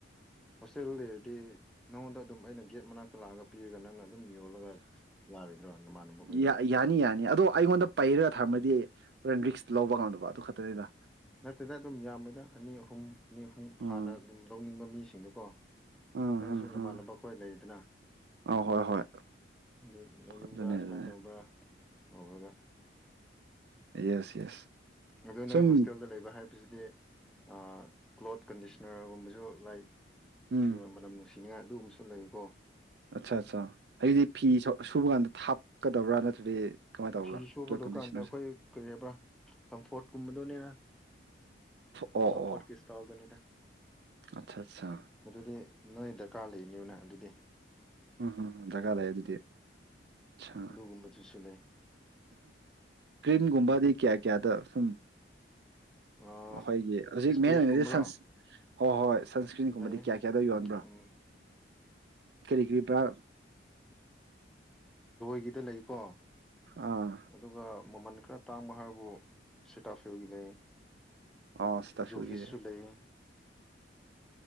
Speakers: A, in the centre; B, on the right.
A: ꯍꯣꯁꯇꯦꯜ ꯂꯩꯔꯗꯤ ꯅꯉꯣꯟꯗ ꯑꯗꯨꯝ ꯑꯩꯅ ꯒꯦꯠ ꯃꯅꯥꯛꯇ ꯂꯥꯛꯑꯒ ꯄꯤꯔꯒ ꯅꯪ ꯑꯗꯨꯝ ꯌꯣꯜꯂꯒ ꯌꯥꯔꯣꯏꯗ꯭ꯔꯣ ꯅꯃꯥꯟꯅꯕ ꯈꯣꯏꯗ
B: ꯌꯥ ꯌꯥꯅꯤ ꯌꯥꯅꯤ ꯑꯗꯣ ꯑꯩꯉꯣꯟꯗ ꯄꯩꯔꯒ ꯊꯝꯃꯗꯤ ꯔꯤꯛꯁ ꯂꯧꯕ ꯉꯝꯗꯕ ꯑꯗꯨ ꯈꯛꯇꯅꯤꯗ
A: ꯅꯠꯇꯦꯗ ꯑꯗꯨꯝ ꯌꯥꯝꯃꯣꯏꯗ ꯑꯅꯤ ꯑꯍꯨꯝ ꯃꯤ ꯑꯍꯨꯝ
B: ꯎꯝ
A: ꯐꯥꯅ ꯑꯗꯨꯝ ꯂꯧꯅꯤꯡꯕ ꯃꯤꯁꯤꯡꯗꯨꯀꯣ
B: ꯎꯝ
A: ꯅꯪꯁꯨ
B: ꯎꯝ
A: ꯅꯃꯥꯟꯅꯕ
B: ꯎꯝ
A: ꯑꯩꯈꯣꯏ ꯂꯩꯗꯅ
B: ꯑ ꯍꯣꯏ ꯍꯣꯏ
A: ꯑꯗꯨ ꯂꯧꯅꯤꯡꯕ꯭ꯔꯥ
B: ꯑꯗꯨꯅꯦ
A: ꯁꯨꯃꯥꯏꯅ
B: ꯑꯗꯨꯅꯦ
A: ꯇꯧꯕ꯭ꯔꯥ ꯍꯧꯔꯒꯦ
B: ꯌꯦꯁ ꯌꯦꯁ
A: ꯑꯗꯨ
B: ꯁꯨꯝ
A: ꯅꯣꯏ ꯍꯣꯁꯇꯦꯜꯗ ꯂꯩꯕ ꯍꯥꯏꯕꯁꯤꯗꯤ ꯑ ꯀ꯭ꯂꯣꯠ ꯀꯟꯗꯤꯁꯅꯔꯒꯨꯝꯕꯁꯨ ꯂꯥꯏ
B: ꯎꯝ
A: ꯐꯤꯔꯣꯟ ꯃꯅꯝ ꯅꯨꯡꯁꯤ ꯁꯤꯡꯉ ꯑꯗꯨꯝꯕꯁꯨ ꯂꯩꯀꯣ
B: ꯑꯠꯆꯥ ꯑꯠꯆꯥ ꯍꯥꯏꯗꯤ ꯐꯤ ꯁꯨꯕ ꯀꯥꯟꯗ ꯀꯠꯀꯗꯕ꯭ꯔꯥ ꯅꯠꯇ꯭ꯔꯗꯤ ꯀꯃꯥꯏꯅ ꯇꯧꯕ꯭ꯔꯥ
A: ꯐꯤ ꯁꯨꯕꯗꯀꯥꯟꯗ
B: ꯐ꯭ꯂꯣꯔ ꯀꯟꯗꯤꯁꯅꯔꯁꯦ
A: ꯑꯩꯈꯣꯏ ꯀꯔꯤꯔꯕ꯭ꯔꯥ ꯀꯝꯐꯣꯔꯠꯀꯨꯝꯕꯗꯨꯅꯦ
B: ꯑꯣ
A: ꯀꯝꯐꯣꯔꯠ
B: ꯑꯣ
A: ꯀꯁ ꯇꯜꯗꯅꯤꯗ
B: ꯑꯠꯆꯥ ꯑꯠꯆꯥ
A: ꯑꯗꯨꯗꯤ ꯅꯣꯏꯗ ꯗꯔꯀꯥꯔ ꯂꯩꯔꯤꯅꯤꯅ ꯑꯗꯨꯗꯤ
B: ꯎꯝ ꯍꯝ ꯗꯔꯀꯥꯔ ꯂꯩꯑꯦ ꯑꯗꯨꯗꯤ ꯑ
A: ꯑꯗꯨꯒꯨꯝꯕꯗꯨꯁꯨ ꯂꯩ
B: ꯀ꯭ꯔꯤꯝꯒꯨꯝꯕꯥꯗꯤ ꯀꯌꯥ ꯀꯌꯥꯗ ꯁꯨꯝ
A: ꯑꯦꯁ
B: ꯑꯩꯈꯣꯏꯒꯤ ꯍꯧꯖꯤꯛ
A: ꯄꯤ
B: ꯃꯦꯟ
A: ꯑꯦꯐ
B: ꯑꯣꯏꯅꯗꯤꯟ
A: ꯀꯨꯝꯕꯔꯣ
B: ꯍꯣꯏ ꯍꯣꯏ ꯁꯟꯁꯀ꯭ꯔꯤꯟꯒꯨꯝꯕꯗꯤ
A: ꯂꯩ
B: ꯀꯌꯥ ꯀꯌꯥꯗ ꯌꯣꯟꯕ꯭ꯔꯥ
A: ꯎꯝ
B: ꯀꯔꯤ ꯀꯔꯤ ꯕ꯭ꯔꯥ
A: ꯒꯤ ꯗ ꯂꯩꯀꯣ
B: ꯑꯥ
A: ꯑꯗꯨꯒ ꯃꯃꯟ ꯈꯔ ꯇꯥꯡꯕ ꯍꯥꯏꯕꯕꯨ ꯁꯦꯇꯥ ꯐꯒꯤ ꯂꯩ
B: ꯑꯣ ꯁ꯭ꯇꯥꯐꯤꯜꯒꯤꯗꯤ
A: ꯨꯕꯤꯤꯁ ꯂꯩ